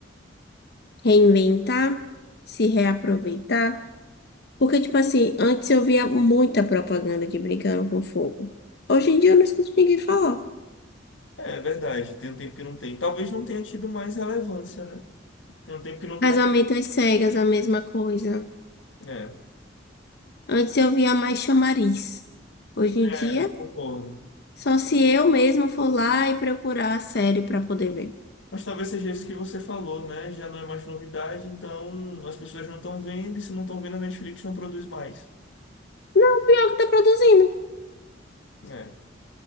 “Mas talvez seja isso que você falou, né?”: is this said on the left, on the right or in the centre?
Left